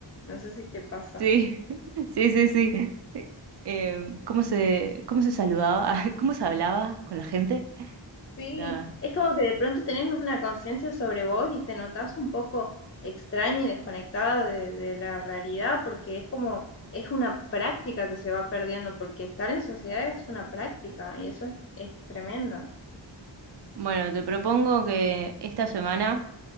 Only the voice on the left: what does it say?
No sé si te pasa.
Sí,
es como que de pronto tenés una conciencia sobre vos y te notás un poco extraña y desconectada de, de la realidad porque es como, es una práctica que se va perdiendo porque estar en sociedad es una práctica y eso es, es tremendo.